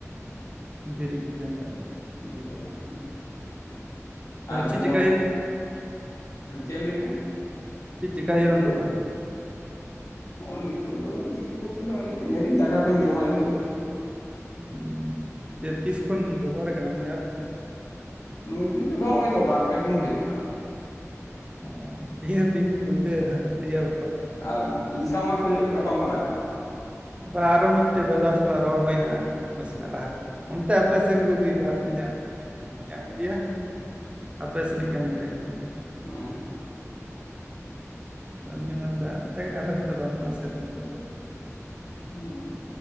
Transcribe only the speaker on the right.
ᱫᱷᱤᱨᱤ ᱠᱚᱛᱮᱱ ᱠᱷᱟᱱ ᱾
ᱛᱟᱦᱚᱞᱮ
ᱪᱮᱫ
ᱪᱮᱠᱟᱭ ᱦᱩᱭᱩᱜ
ᱪᱮᱜ ᱪᱮᱠᱟ ᱦᱚᱭᱩᱜᱼᱟ ᱱᱤᱛᱚᱜ ᱫᱚ?
ᱩᱸᱻ ᱡᱮ ᱛᱤᱥᱠᱷᱚᱱ ᱵᱮᱵᱦᱟᱨ ᱠᱟᱱᱟᱢ ᱱᱩᱭ ᱮᱯ?
ᱚ ᱤᱤᱦᱚ ᱛᱮᱦᱤᱧ ᱯᱳᱭᱞᱟᱹ ᱫᱮᱣ
ᱵᱟ ᱟᱨᱚ ᱢᱤᱜᱴᱟᱹ ᱫᱟᱫᱟ ᱥᱟᱞᱟᱜ ᱨᱚᱲ ᱦᱩᱭᱱᱟ ᱱᱟᱥᱮᱱᱟᱜ ᱞᱟᱦᱟ᱾ ᱚᱱᱛᱮ ᱟᱯᱮ ᱥᱮᱱ ᱠᱚᱜᱮ ᱡᱟᱦᱟ ᱛᱤᱱᱟᱹᱜ ᱧᱟᱢᱼᱠᱮ ᱧᱟᱢ ᱠᱮᱫᱮᱭᱟ ᱟᱯᱮ ᱥᱮᱱᱤᱜ ᱠᱟᱱ ᱜᱮᱭᱟ ᱚᱸᱛᱮ
ᱟ ᱱᱤᱭᱟᱹ ᱢᱮᱱᱫᱟ ᱮᱛᱟᱭ ᱠᱟᱱᱟᱹ ᱟᱞᱮ ᱥᱮᱫ ᱫᱚ ᱵᱟᱹᱱᱩᱜ ᱟᱥᱮ ᱵᱟᱱᱩᱜ ᱟ ᱠᱚᱫᱚ᱾